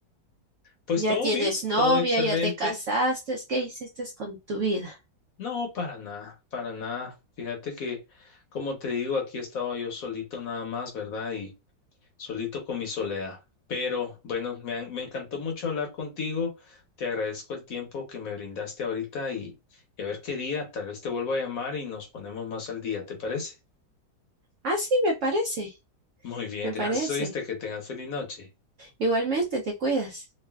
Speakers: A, on the left (about 60°); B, on the right (about 85°).
A: Pues
B: ¿Ya
A: todo
B: tienes
A: bien,
B: novia?
A: todo excelente.
B: ¿Ya te casaste? ¿Qué hiciste con tu vida?
A: No, para nada, para nada. Fíjate que, como te digo, aquí he estado yo solito nada más, ¿verdad? Y solito con mi soledad. Pero bueno, me, han- me encantó mucho hablar contigo. Te agradezco el tiempo que me brindaste ahorita y, y a ver qué día, tal vez te vuelvo a llamar y nos ponemos más al día, ¿te parece?
B: Ah, sí, me parece,
A: Muy bien,
B: me
A: gracias,
B: parece.
A: oíste, que tengas feliz noche.
B: Igualmente, te cuidas.